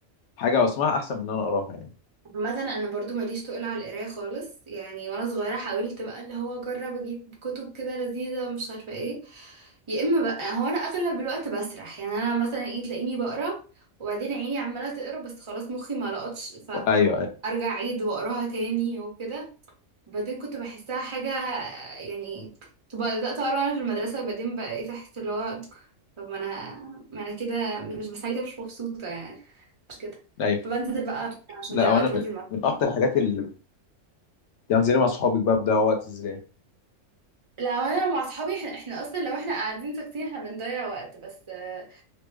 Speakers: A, on the left; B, on the right.
A: حاجه واسمعها احسن من ان انا اقراها يعني
B: مثلا انا برضو ماليش تقول على القرايه خالص يعني وانا صغيره حاولت بقى اللي هو اجرب اجيب كتب كده لذيذه ومش عارفه ايه يا اما بقى هو انا اغلب الوقت بسرح يعني انا مثلا ايه تلاقيني بقرا وبعدين عيني عماله تقرا بس خلاص مخي ما لقطش ف-
A: ايوه ايوه
B: فارجع اعيد واقراها تاني وكده وبعدين كنت بحسها حاجه يعني تبقى بدات اقرا انا في المدرسه بعدين بقيت احس اللي هو طب ما انا ما انا كده مش بس كده مش مبسوطه يعني مش كده
A: ايوه
B: فبنزل بقى عشان
A: لا
B: ده
A: وانا
B: وقت منزل
A: من, من اكتر الحاجات اللي يعني زي مع صحابك بقى بضيع وقت ازاي
B: لا هو انا مع اصحابي احنا, احنا اصلا لو احنا قاعدين ساكتين احنا بنضيع وقت بس آه،